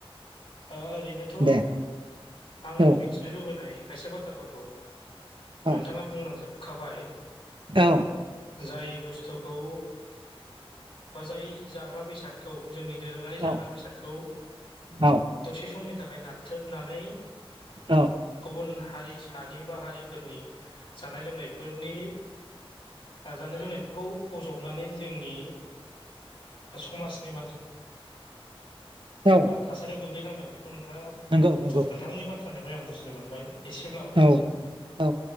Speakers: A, on the left (about 70°); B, on the right (about 55°).
A: ओरैनोथ'
B: दे
A: आं
B: औ
A: मिथिनो लुबैनाय खायसे बाथ्राफोरखौ
B: औ
A: नोंथाङा बुंलांजोबखाबाय
B: औ
A: जाय बुस्थुखौ बा जाय जाग्रा बेसादखौ जोंनि दोरोङारि जाग्रा
B: औ
A: बेसादखौ
B: औ
A: दसे समनि थाखाय नाथ्रोदनानै
B: औ
A: गुबुन हारिसानि बा हारि जानाय लोंनायफोरखौ बजबनानै जोंनि समाजनि
B: औ
A: थासारियाव गोग्लैनांदों बेखौ नोंथाङा
B: नंगौ नंगौ
A: नोंथांनि बाथ्रानिफ्राय आं बुजिनो मोनबाय <inaudible> एसेब्लाबो
B: औ औ